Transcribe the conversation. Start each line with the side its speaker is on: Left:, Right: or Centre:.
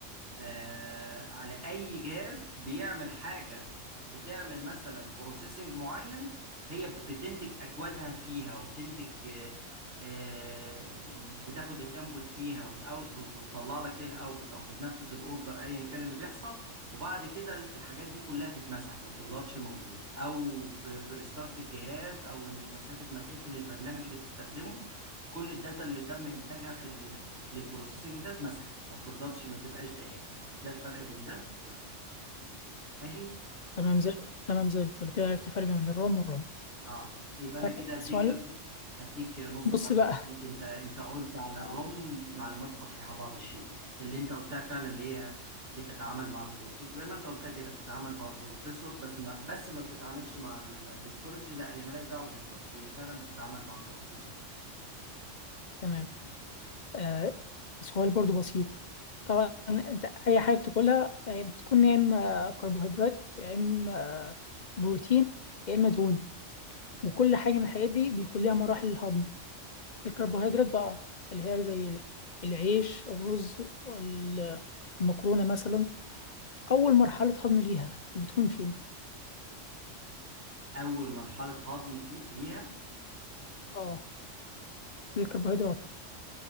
Right: آه، على اي جهاز بيعمل حاجه بتعمل مثلا بروسيسنج معين هي بتنتج اكوادها فيها وبتنتج آه، آه، بتاخد الانبوت فيها والاوتبوت وتطلع لك هي الاوتبوت او بتنفذ الاوردر ايا كان اللي بيحصل وبعد كده الحاجات دي كلها تتمسح ما بتفضلش موجوده او ب- بريستارت الجهاز او انك مسافه ما تقفل البرنامج اللي بتستخدمه كل الداتا اللي تم انتاجها في ال- للبروسيسنج ده اتمسحت ما بتفضلش ما بتبقاش دائمه ده الفرق بين ده وده ماشي
Left: تمام زي تمام زي الفل كده عرفت الفرق بين الرام والرام
Right: اه يبقى انا
Left: آه،
Right: كده هديك
Left: سؤال
Right: ايه هديك نص
Left: نص
Right: درجه
Left: بقى
Right: عليك. انت انت قلت على الروم
Left: آه.
Right: معلومات صحيحه بعض الشيء يعني اللي انت قلتها فعلا اللي هي بتتعامل مع البروسيسور زي ما انت قلتها كده بتتعامل مع البروسيسور بس ما بس ما بتتعاملش مع ال- الاستورج لا هي مالهاش دعوه بالاستورج هي فعلا بتتعامل مع البروسيسور بس
Left: تمام آه سؤال برضو بسيط طبعا انت اي حاجه بتاكلها آه، بتكون يا اما كربوهيدرات يا اما آه، بروتين يا
Right: مم.
Left: اما دهون
Right: تمام
Left: وكل حاجه من الحاجات دي بيكون ليها مراحل الهضم الكربوهيدرات بقى اللي هي زي العيش الرز ال- المكرونه مثلا اول مرحله هضم ليها بتكون فين
Right: اول مرحله هضم فيه ليها
Left: اه الكربوهيدرات